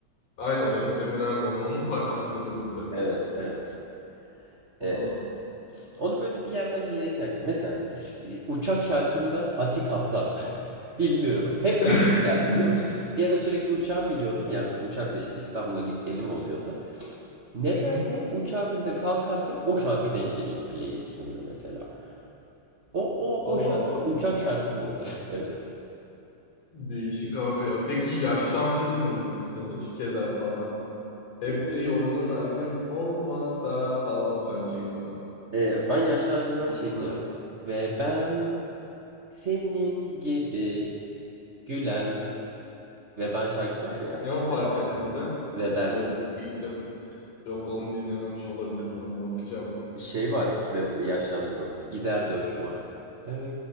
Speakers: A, on the left (about 60°); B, on the right (about 80°).
A: Aynen Özdemir Erdoğan. Onun parçası mıydı Gurbet?
B: Evet, evet.
A: Hmm.
B: Ee, onu böyle bir yerden bir yere giderken. Mesela biz- e, uçak şarkımda Ati Kaptan. Bilmiyorum. Hep
A: <laughs>
B: o denk geldi biliyor musun? Bir ara sürekli uçağa biniyordum. Yani uçakla işte İstanbul'a git gelim oluyordu. Nedense
A: Hı hı.
B: hep uçağa binde kalkarken o şarkı denk geliyordu playlistimde mesela. O o
A: Allah
B: o şarkı
A: Allah.
B: uçak şarkım oldu. <laughs> Evet.
A: Değişik abi ya. Peki yaşlı amca dinliyor musun sen? Uç keder falan. Hep
B: Hmm.
A: de yorgun argın olmasa falan o parçayı falan.
B: Ee, ben Yaşlı Ağacı'ndan
A: Yorgun
B: şey dinliyorum.
A: argın.
B: Ve ben senin gibi gülen ve ben şarkısı var ya.
A: Ne o parçanın adı?
B: Ve ben
A: Yok ilk de yok onu dinlememiş olabilirim ya ona bakacağım.
B: şey var ve yaşlı amcanın gider de hoşuma. Öyle